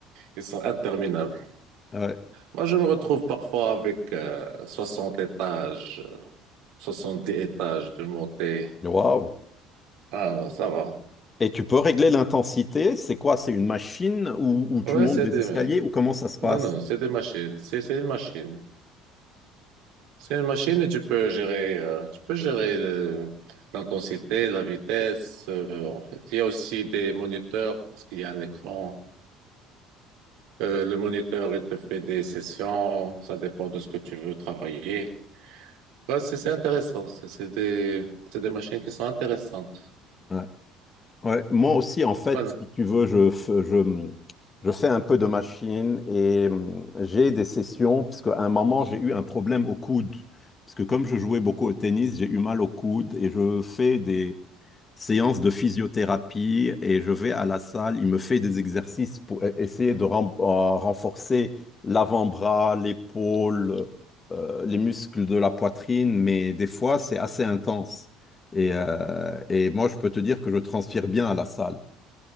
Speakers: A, on the right; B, on the left.
A: Ils sont interminables.
B: ouais.
A: Moi, je me retrouve parfois avec euh, 60 étages. euh, 70 étages de montée.
B: Waouh!
A: Ah, bon, ça va.
B: Et tu peux régler l'intensité. C'est quoi? C'est une machine où, où tu
A: Ouais,
B: montes
A: c'est
B: des
A: des...
B: escaliers ou comment ça se passe?
A: Non, non, c'est des machines. C'est c'est une machine. C'est une machine et tu peux gérer, euh, tu peux gérer le- l'intensité, la vitesse. euh, en fait, il y a aussi des moniteurs parce qu'il y a un écran. Euh, le moniteur, il te fait des sessions. Ça dépend de ce que tu veux travailler. Ouais, c'est c'est intéressant. C'est c'est des, c'est des machines qui sont intéressantes.
B: Ouais. Ouais, moi aussi, en fait,
A: Voilà.
B: si tu veux, je, f- je, je fais un peu de machine et hum, j'ai des sessions, parce qu'à un moment, j'ai eu un problème au coude. Parce que comme je jouais beaucoup au tennis, j'ai eu mal au coude et je fais des séances de physiothérapie et je vais à la salle, il me fait des exercices pour e- essayer de ren- euh, renforcer l'avant-bras, l'épaule, euh, les muscles de la poitrine, mais des fois, c'est assez intense. Et euh, et moi, je peux te dire que je transpire bien à la salle.